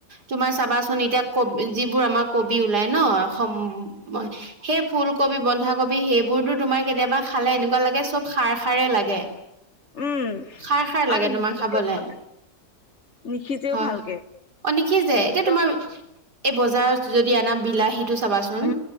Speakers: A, on the right; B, on the left.
A: তোমাৰ চাবাচোন এতিয়া কবি যিবোৰ আমাৰ কবি ওলাই ন সমম ম সেই ফুলকবি বন্ধাকবি সেইবোৰতো তোমাৰ কেতিয়াবা খালে এনেকুৱা লাগে চব সাৰ খাৰেই লাগে
B: উম
A: খাৰ খাৰ লাগে
B: আৰু
A: তোমাৰ
B: নিসিজেও
A: খাবলে
B: ভালকে নিসিজেও
A: হয়
B: ভালকে।
A: অ নিশি যে
B: একদম
A: এতিয়া তোমাৰ এই বজাৰ যদি দি আনা বিলাহীটো চাবাচোন
B: উম,